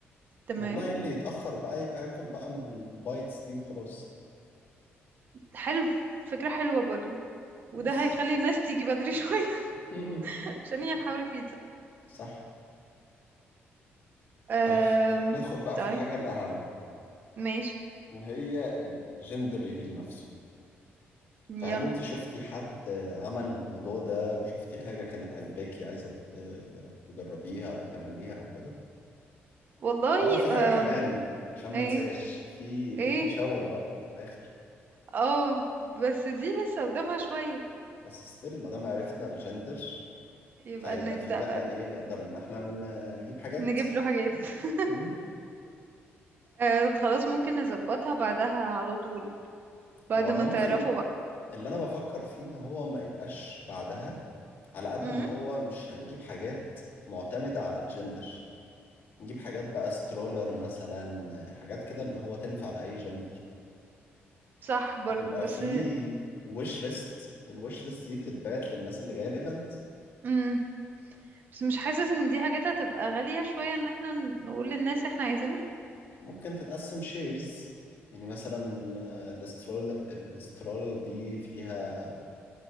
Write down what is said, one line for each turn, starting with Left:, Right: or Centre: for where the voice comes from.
Right: تمام
Left: والله اللي يتأخر بقى يبقى ياكل بقى من البايتس دي وخلاص
Right: حلو فكرة حلوة برضو وده
Left: بس
Right: هيخلي الناس تيجي بدري <laughs> شوية
Left: <laughs>
Right: ثانية نحاول بيتزا
Left: صح
Right: أم...
Left: طيب ندخل بقى
Right: طيب
Left: في الحاجة الأهم
Right: ماشي
Left: وهي الجندر ريفيل نفسه
Right: يلا
Left: فهل انت شفتي حد عمل الموضوع ده وشفتي حاجة كانت عاجباكي عايزة ت- تجربيها أو تعمليها أو كده
Right: والله
Left: اه في حاجة
Right: أم...
Left: كمان عشان ما
Right: ايه
Left: انساش في بيبي
Right: ايه
Left: شاور بقى في الآخر
Right: اه بس دي لسه قدامها شوية
Left: بس ستيل ما دام عرفنا الجندر
Right: يبقى
Left: فيبقى
Right: نبدأ
Left: في بقى
Right: بقى
Left: ايه نقدر ان احنا نجيب حاجات
Right: نجيب له حاجات <laughs>
Left: مم.
Right: أه خلاص ممكن نظبطها بعدها على طول بعد
Left: وممكن
Right: ما تعرفوا بقى
Left: اللي انا بفكر فيه ان هو ما يبقاش بعدها على قد
Right: امم
Left: ما هو مش هنجيب حاجات معتمدة على الجندر نجيب حاجات بقى سترولر مثلا حاجات كده اللي هو تنفع لأي جندر
Right: صح برضو
Left: بيبقى
Right: بس
Left: فيه ويش ليست والويش ليست دي بتتبعت للناس اللي جاية الايفنت
Right: امم بس مش حاسس ان دي حاجات هتبقى غالية شوية ان احنا نقول للناس احنا عايزينها
Left: ممكن تتقسم شيرز يعني مثلا آه، الاسترول الاسترولر دي فيها